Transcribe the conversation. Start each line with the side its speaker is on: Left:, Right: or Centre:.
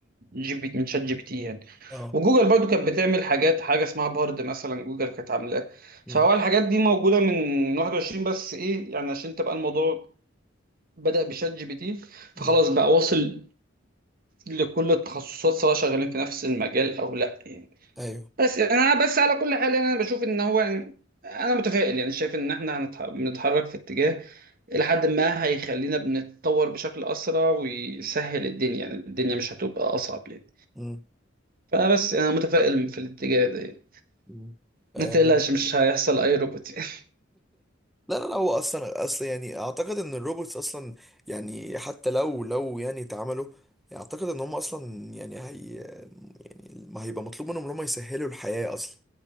Right: جي بي من شات جي بي تي يعني
Centre: اه
Right: وجوجل برضو كانت بتعمل حاجات حاجة اسمها بارد مثلا جوجل كانت عاملاها
Centre: مم.
Right: فهو الحاجات دي موجودة من 21 بس ايه يعني عشان تبقى الموضوع بدأ بشات جي بي تي
Centre: مم.
Right: فخلاص بقى واصل لكل التخصصات سواء شغالين في نفس المجال او لا يعني
Centre: ايوه
Right: بس يعني انا بس على كل حال يعني انا بشوف ان هو يعني انا متفائل يعني شايف ان احنا هنتح- بنتحرك في اتجاه الى حد ما هيخلينا بنتطور بشكل اسرع ويسهل الدنيا يعني الدنيا مش هتبقى اصعب يعني
Centre: مم.
Right: فانا بس انا متفائل في الاتجاه ده يعني
Centre: مم. آه،
Right: ما تقلقش مش هيحصل اي روبوت يعني.
Centre: لا لا لا هو اصلا اصلا يعني اعتقد ان الروبوتس اصلا يعني حتى لو لو يعني اتعملوا يعني اعتقد ان هم اصلا يعني يعني ما هيبقى مطلوب منهم ان هم يسهلوا الحياة اصلا